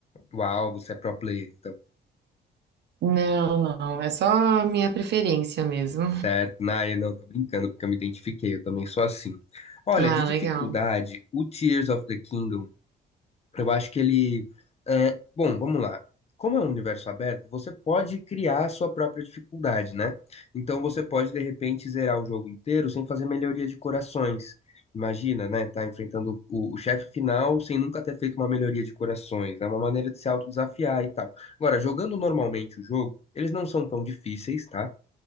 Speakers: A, on the left; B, on the right.
A: Uau, você é pro player, então.
B: Não, não, é só minha preferência mesmo.
A: Certo, Naya, não, tô brincando, porque eu me identifiquei, eu também sou assim. Olha,
B: Ah,
A: de dificuldade,
B: legal.
A: o Tears of the Kingdom Eu acho que ele. é, bom, vamos lá. Como é um universo aberto, você pode criar a sua própria dificuldade, né? Então você pode, de repente, zerar o jogo inteiro sem fazer melhoria de corações. Imagina, né? Tá enfrentando o, o chefe final sem nunca ter feito uma melhoria de corações. É uma maneira de se autodesafiar e tal. Agora, jogando normalmente o jogo, eles não são tão difíceis, tá?